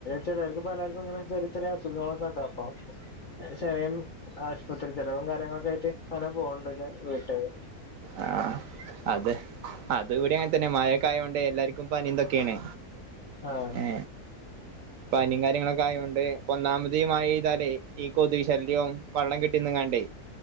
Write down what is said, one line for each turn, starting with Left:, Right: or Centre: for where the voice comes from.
Left: ചെലർക്കു പലർക്കും ങ്ങനെ ചെറിയ ചെറിയ അസുഖങ്ങളൊക്കെ ഇണ്ടാവും പ്പൊ ചെറിയ ആഷ്പത്രി ചെലവും കാര്യങ്ങളൊക്കെ ആയിട്ട് അങ്ങനെ പൊവ്ണ്ടച്ചാ വീട്ടാര്
Right: ആ അതെ അത് ഇവടിം അങ്ങൻ തന്നെ മഴ ക്കായൊണ്ടേ എല്ലാര്ക്കും പനിം തൊക്കെണ്
Left: ആഹ്
Right: ഏ പനിം കാര്യങ്ങളൊക്കെ ആയൊണ്ട് പ്പൊ ഒന്നാമതി മഴയ്താലേ ഈ കൊത് ശല്യവും വള്ളം കെട്ടിന്ന്ങ്ങണ്ടേ